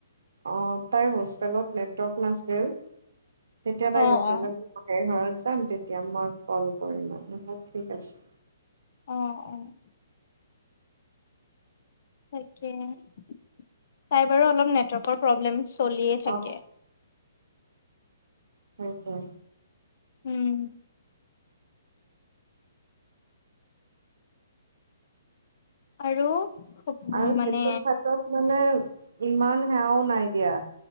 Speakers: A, on the right; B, on the left.
A: অ' তাই হোষ্টেলত নেটৱৰ্ক নাছিল, তেতিয়া
B: অ',
A: তাই কৈছে
B: অ'।
A: যে। সেই ঘৰত যাম, তেতিয়া মই কল কৰিম আৰু নহয় ঠিক আছে।
B: অ' অ' তাকে তাই বাৰু অলপ নেটৱৰ্কৰ প্ৰব্লেম চলিয়ে
A: অ
B: থাকে।
A: সেইটোৱে।
B: উম। আৰু
A: আৰু সেইটো
B: মানে
A: চাটত মানে ইমান সেৱাও নাই দিয়া